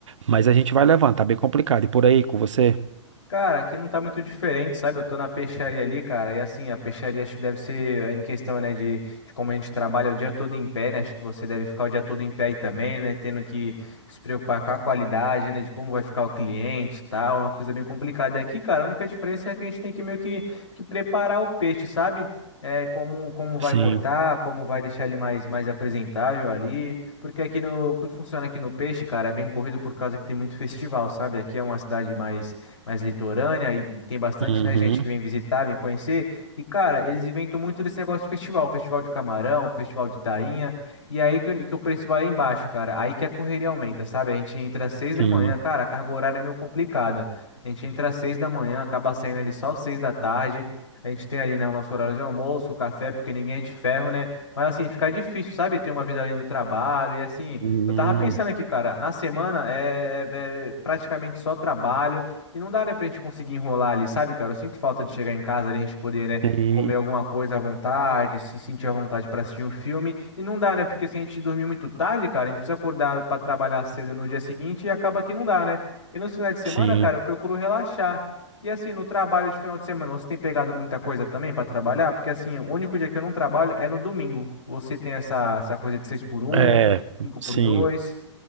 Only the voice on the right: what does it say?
mas a gente vai levando, tá bem complicado. E por aí, com você?
Sim.
Uhum,
sim.
Hum,
sim,
sim.
É,
sim.